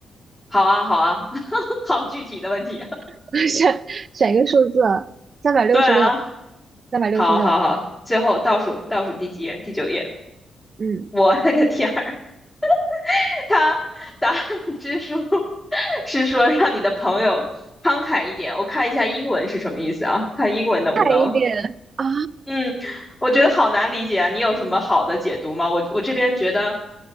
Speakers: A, on the left (about 15°); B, on the right (about 40°).
A: 好啊，好啊，<laughs> 好具体的问题啊，
B: <laughs> 选选一个数字啊，
A: <laughs>
B: 三百六十六，
A: 对啊，
B: 三百六十六，
A: 好好好，最后倒数倒数第几页？第九页。
B: 嗯，
A: 我勒个天儿，<laughs> 他答案之书 <laughs> 是说让你的朋友慷慨一点。我看一下英文是什么意思啊？看英文能不能？
B: 快一点啊！
A: 嗯，我觉得好难理解啊。你有什么好的解读吗？我我这边觉得，